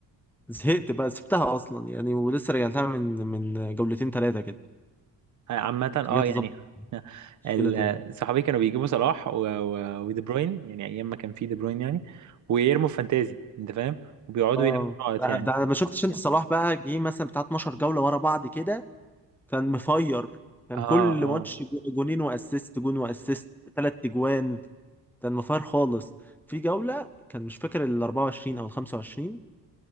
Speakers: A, in the centre; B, on the right.
A: زهقت بقى سبتها اصلا يعني ولسه رجعتها من من جولتين ثلاثه كده
B: آه، عامة اه
A: رجعت
B: يعني
A: اظبط
B: <laughs>
A: التشكيله
B: ال-
A: تاني
B: صحابي كانوا بيجيبوا صلاح و- و- ودي بروين يعني ايام ما كان في دي بروين يعني ويرموا في فانتازي انت فاهم وبيقعدوا
A: اه
B: يلموا نقط
A: ده
B: يعني
A: ده ما شفتش انت صلاح بقى جه مثلا بتاع 12 جوله ورا بعض كده كان مفير كان
B: اه
A: كل
B: اه
A: ماتش جو- جونين واسيست جون واسيست ثلاث اجوان كان مفير خالص في جولة كان مش فاكر ال 24 او ال 25